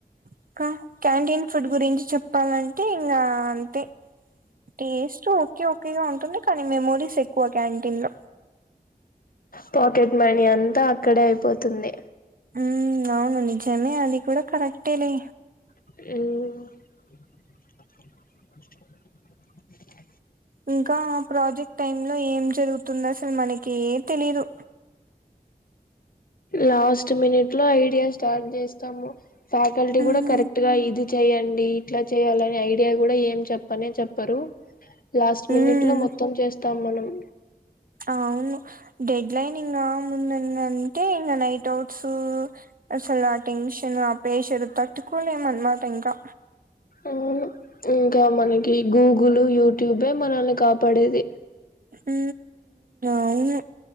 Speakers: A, on the right; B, on the left.
A: ఇంకా క్యాంటీన్ ఫుడ్ గురించి చెప్పాలంటే ఇంకా అంతే టేస్ట్ ఓకే ఒకేగా ఉంటుంది క మెమోరీస్ ఎక్కువ క్యాంటీన్ లో
B: పాకెట్ మనీ అంతా అక్కడే అయిపోతుంది
A: ఉ అవునని తనే అది కూడా కరెక్టేలే
B: అ
A: ఇంకా ప్రాజెక్ట్ టైమ్ లో ఏం జరుగుతుందో అసలు మనకి తెలీదు
B: లాస్ట్ మినిట్ లో ఐడియా స్టార్ట్ చేస్తాము ఫ్యాకల్టీ
A: ఉమ్
B: కూడా కరెక్ట్ గా ఇది చెయ్యండి ఇట్లా చేయాలనే ఐడియా కూడా ఏం చెప్పనే చెప్పరు లాస్ట్ మినిట్
A: ఉమ్
B: లో మొత్తం చేస్త తమ్మనం
A: అవును డెడ్లైన్ ఇంకా ముంద అంటే ఇంకా నైట్ అవుట్స్ అసలు ఆ టెన్షన్ ఆ పేషన్ తట్టుకోలేమ అన్నమాట ఇంకా
B: అవును ఇంకా మనకి గూగుల్ యూట్యూబే మనల్ని కాపాడేది
A: హ అవును